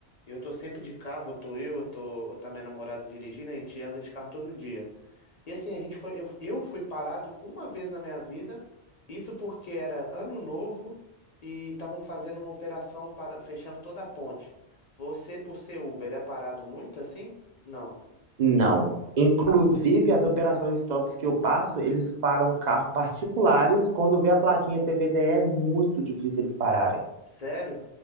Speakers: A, on the left; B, on the right.
A: eu tô sempre de carro, tô eu, tô, ou tá minha namorada dirigindo, a gente anda de carro todo dia. E assim, a gente foi, eu, eu fui parado uma vez na minha vida, isso porque era ano novo e estavam fazendo uma operação para fechando toda a ponte. Você, por ser Uber, é parado muito assim? Não.
B: Não. Inclusive, as operações stops que eu passo, eles param carro particulares. Quando vê a plaquinha TVDE, é muito difícil eles pararem.
A: Sério?